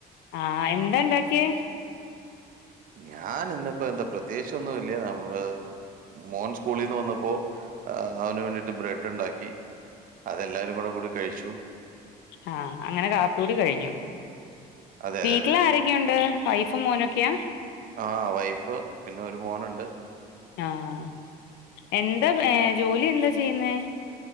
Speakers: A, on the left; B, on the right.
A: ആ എന്താ ഇണ്ടാക്കിയേ
B: ഞാന് ഇന്നിപ്പോ എന്താ പ്രത്യേചൊന്നുല്ല നമ്മള് മോൻ സ്കൂളിന്ന് വന്നപ്പോ അവന് വേണ്ടിട്ട് ബ്രെഡ് ഇണ്ടാക്കി അതെല്ലാരും കൂടെ കൂടി കഴിച്ചു
A: ആ അങ്ങനെ കാപ്പി കുടി കഴിഞ്ഞു
B: അതെ
A: വീട്ടിലാരെ
B: അതെ അതെ
A: ക്കെണ്ട് വൈഫും മോനൊക്കെയാ
B: ആ വൈഫ് പിന്നെ ഒരു മോന്ണ്ട്
A: ആഹ് എന്താ ഏ ജോലി എന്താ ചെയ്യുന്നേ